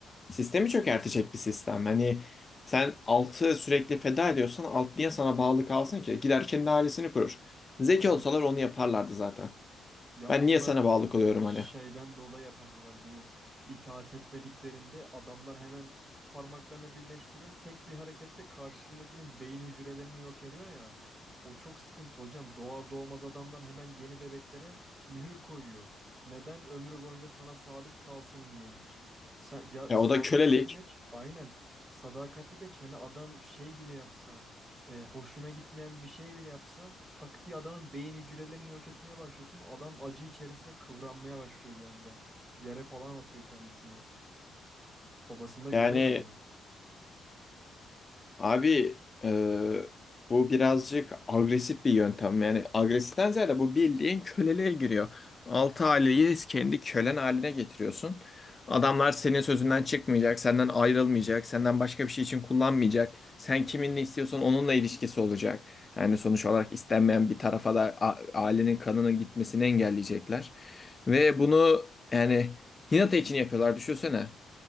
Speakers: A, on the left; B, on the right.
A: Sistemi çökertecek bir sistem. Hani sen altı sürekli feda ediyorsan alt niye sana bağlı kalsın ki? Gider kendi ailesini kurur. Zeki
B: Evet.
A: olsalar onu yaparlardı zaten.
B: Ya
A: Ben
B: onu
A: niye
B: da
A: sana bağlı kalıyorum
B: şeyden
A: hani?
B: dolayı yapamıyorlar. Bu itaat etmediklerinde adamlar hemen parmaklarını birleştiriyor. Tek bir harekette karşısındakinin beyin hücrelerini yok ediyor ya. O çok sıkıntı hocam. Doğar doğmaz adamlar hemen yeni bebeklere mühür koyuyor. Neden? Ömrü boyunca sana sadık kalsın diyeymiş. Sa- ya
A: Ya
B: sadakati
A: o da kölelik.
B: geç. Aynen. Sadakati geç. Hani adam şey bile yapsa e, hoşuna gitmeyen bir şey bile yapsa tak diye adamın beyin hücrelerini yok etmeye başlıyorsun. Adam acı içerisinde kıvranmaya başlıyor bir anda. Yere falan atıyor kendisini. Babasında görüyordu
A: Yani
B: bunu.
A: Abi e, bu birazcık agresif bir yöntem. Yani agresiften ziyade bu bildiğin köleliğe giriyor. Altı aileyi kendi kölen haline getiriyorsun. Adamlar senin sözünden çıkmayacak, senden ayrılmayacak, senden başka bir şey için kullanmayacak. Sen kiminle istiyorsan onunla ilişkisi olacak. Yani sonuç olarak istenmeyen bir tarafa da a- ailenin kanının gitmesini engelleyecekler. Ve bunu yani Hinata için yapıyorlar düşünsene.